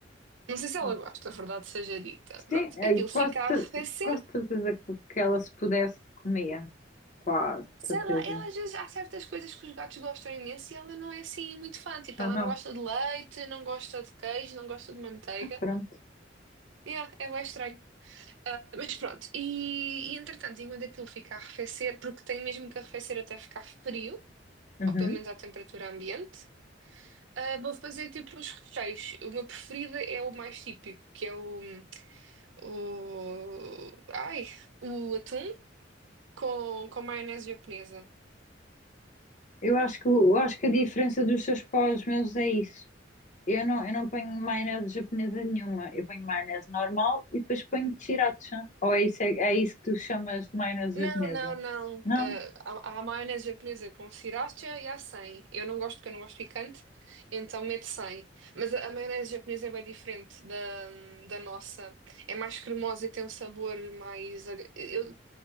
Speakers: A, on the right; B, on the left.
A: Não sei se ela
B: ok.
A: gosta, a verdade seja dita. Pronto,
B: Sim, é,
A: aquilo
B: quase,
A: fica a
B: cer-
A: arrefecer.
B: quase certeza que, que ela se pudesse comia. Quase
A: Sei
B: certeza.
A: lá, ela às vezes há certas coisas que os gatos gostam imenso e ela não é assim muito fã. Tipo,
B: Ah,
A: ela
B: não.
A: não gosta de leite, não gosta de queijo, não gosta de manteiga.
B: Pronto.
A: Yeah, é bem estranho. Ah, mas pronto, e, e entretanto, enquanto aquilo fica a arrefecer, porque tem mesmo que arrefecer até ficar frio,
B: Uhum.
A: ou pelo menos à temperatura ambiente. Ah, vou fazer tipo os recheios. O meu preferido é o mais típico, que é o, o, ai, o atum com, com maionese japonesa.
B: Eu acho que, eu acho que a diferença dos seus pós meus é isso. Eu não, eu não ponho maionese japonesa nenhuma. Eu ponho maionese normal e depois ponho sriracha. Ou é isso, é, é isso que tu chamas de maionese
A: Não,
B: japonesa?
A: não, não.
B: Não.
A: Ah, há, há maionese japonesa com sriracha e há sem. Eu não gosto porque eu não gosto picante, então meto sem. Mas a, a maionese japonesa é bem diferente da, da nossa. É mais cremosa e tem um sabor mais. ag- Eu,